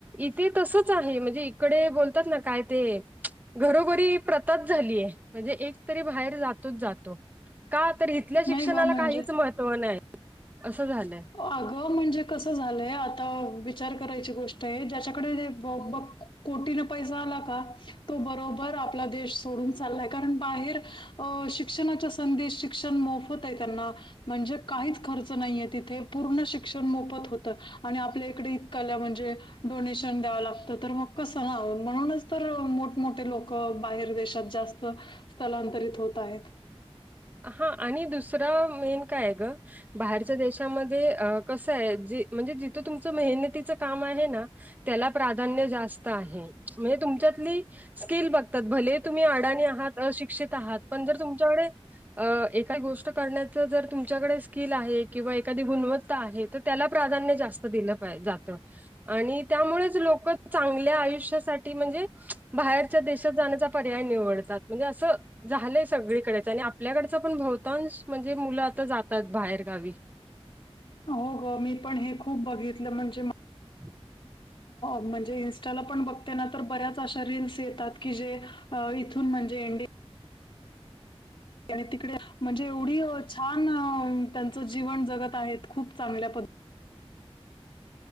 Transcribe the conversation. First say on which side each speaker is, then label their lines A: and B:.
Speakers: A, on the right; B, on the left.
A: इथे तसच आहे म्हणजे इकडे बोलतात ना काय ते घरोघरी प्रथाच झालीये म्हणजे एक तरी बाहेर जातोच जातो. का तर इथल्या शिक्षणाला
B: नाही गं म्हणजे
A: काहीच महत्व नाही असं झालंय.
B: अगं.. म्हणजे कसं झालंय आता विचार करायची गोष्ट आहे ज्याच्याकडे जे बघ बख कोटीनं पैसा आला का? तो बरोबर आपला देश सोडून चाललाय कारण बाहेर अ शिक्षणाच्या संधी शिक्षण मोफत आहे त्यांना म्हणजे काहीच खर्च नाहीय. तिथे पूर्ण शिक्षण मोफत होत आणि आपल्या इकडे इतकाल्या म्हणजे? डोनेशन द्यावं लागत तर मग कसं ना म्हणूनच तर मोठमोठे लोकं बाहेर देशात. जास्त स्थलांतरित होत आहेत.
A: हा आणि दुसरा मेन काय आहे ग? बाहेरच्या देशामध्ये कसं आहे ज म्हणजे जिथं तुमचं मेहनतीचं काम आहे ना त्याला प्राधान्य जास्त आहे म्हणजे तुमच्यातली स्किल बघ भले तुम्ही अडाणी आहात, अशिक्षित आहात पण जर तुमच्याकडे अ एखादी गोष्ट करण्याच जर तुमच्याकडे स्किल आहे किंवा एखादी गुणवत्ता आहे. तर त्याला प्राधान्य जास्त दिलं पाहिज जातं आणि त्यामुळेच लोक चांगल्या आयुष्यासाठी म्हणजे बाहेर देशात जाण्या पर्याय निवडतात म्हणजे अस झालंय सगळीकडे आपल्याकडच पण बहुतांश म्हणजे मुलं आता जातात बाहेर गावी.
B: हो गं मी पण हे खूप बघितलं म्हणजे <unintelligible>
A: <inaudible>
B: म्हणजे इंस्टाला पण बघते ना तर बऱ्याच अशा रील्स येतात की जे इथून म्हणजे इं आणि तिकडे म्हणजे एवढी छान त्यांचं जीवन जगत आहेत खूप चांगल्या पद्ध